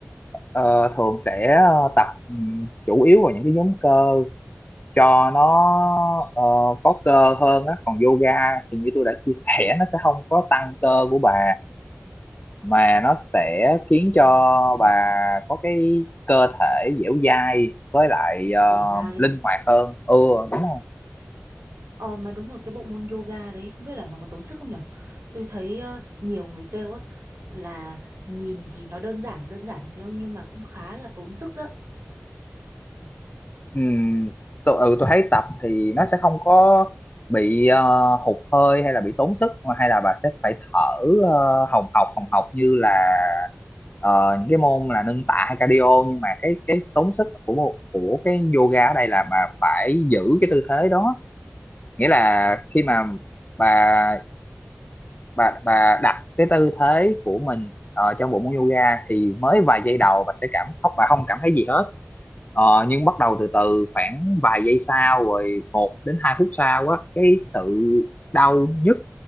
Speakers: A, on the left; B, on the right.
A: ờ, thường sẽ ờ, tập ừm, chủ yếu vào những cái nhóm cơ cho nó ờ, có cơ hơn á còn yoga thì như tôi đã chia sẻ <laughs> nó sẽ không có tăng cơ của bà mà nó sẽ khiến cho
B: ừ,
A: bà có cái cơ thể dẻo dai với lại ờ,
B: hiểu ra ha.
A: linh hoạt hơn ừ đúng rồi
B: Ờ mà đúng rồi cái bộ môn yoga đấy không biết là nó có tốn sức không nhở Tôi thấy ờ, nhiều người kêu á là nhìn thì nó đơn giản đơn giản như thế nhưng mà cũng khá là tốn sức đó.
A: Ừm, tôi, ừ, tôi thấy tập thì nó sẽ không có bị ờ, hụt hơi hay là bị tốn sức mà hay là bà sẽ phải thở ờ, hồng hộc hồng hộc như là ờ, những cái môn là nâng tạ hay cardio nhưng mà cái cái tốn sức của một- của cái yoga ở đây là bà phải giữ cái tư thế đó nghĩa là khi mà bà bà bà đặt cái tư thế của mình ờ, trong bộ môn yoga thì mới vài giây đầu bà sẽ cảm không bà không cảm thấy gì hết Ờ, nhưng bắt đầu từ từ khoảng vài giây sau rồi một đến hai phút sau á cái sự đau nhức